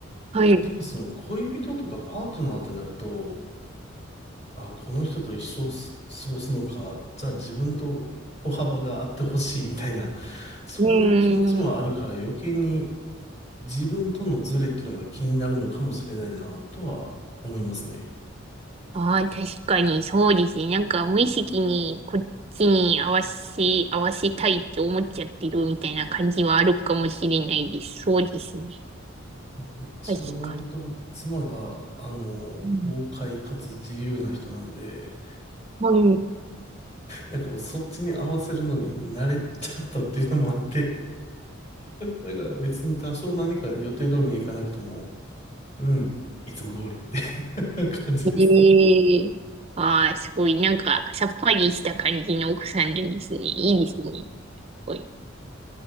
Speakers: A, on the right; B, on the left.
A: はい。
B: でもその恋人とかパートナーってなると、あ、この人と一生す過ごすのか、じゃあ自分と歩幅があってほしいみたいな、そういう気持ちもあるから余計に
A: うーん。
B: 自分とのズレっていうのが気になるのかもしれないなとは思いますね。
A: ああ、確かにそうですね。なんか無意識にこっちに合わせ、合わせたいって思っちゃってるみたいな感じはあるかもしれないです。そうですね。
B: うちは割と妻が、
A: 確か
B: あの、
A: に。うん
B: 豪快かつ自由な人なんで、
A: はい。
B: なんかもうそっちに合わせるのに慣れちゃったっていうのもあって、だから別に多少何か予定通りに行かなくても、うん、いつも通りって <laughs> 感じですね。
A: ええああー、すごい。なんか、さっぱりした感じの奥さんなんですね。いいですね。すごい。